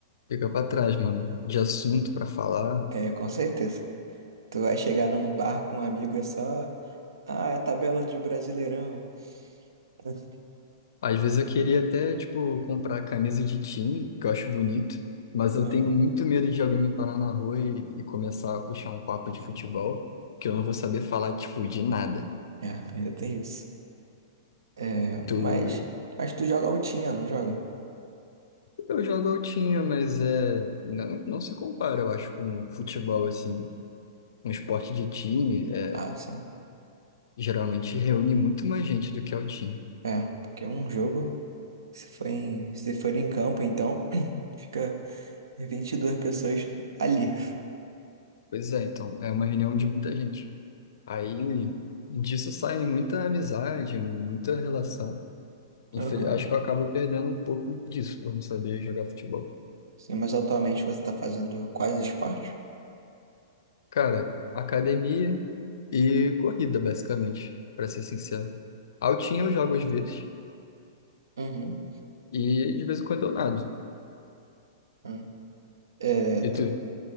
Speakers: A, on the left (about 70°); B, on the right (about 75°).
A: fica pra trás, mano, de assunto pra falar.
B: É, com certeza. Tu vai chegar num bar com um amigo, e é só. Ah, é a tabela de Brasileirão. <laughs>
A: Às vezes eu queria até, tipo, comprar camisa de time, que eu acho bonito, mas eu
B: Aham.
A: tenho muito medo de alguém me parar na rua e, e começar a puxar um papo de futebol, que eu não vou saber falar, tipo, de nada.
B: É, ainda tem isso. É,
A: Tu...
B: mas, mas tu joga altinha, não joga?
A: Eu jogo altinha, mas é... não, não se compara, eu acho, com futebol, assim. Um esporte de time é,
B: Ah, sim.
A: geralmente reúne muito mais gente do que altinha.
B: É, porque é um jogo, se for em, se for em campo, então <clears throat> fica 22 pessoas ali.
A: Pois é, então, é uma reunião de muita gente. Aí disso sai muita amizade, muita relação. Infel-
B: Aham.
A: Acho que eu acabo perdendo um pouco disso por não saber jogar futebol.
B: Sim, mas atualmente você tá fazendo quais esportes?
A: Cara, academia e corrida, basicamente, pra ser sincero. Altinha eu jogo às vezes
B: Uhum.
A: e e de vez em quando eu nado.
B: uhum. É,
A: E
B: tu,
A: tu?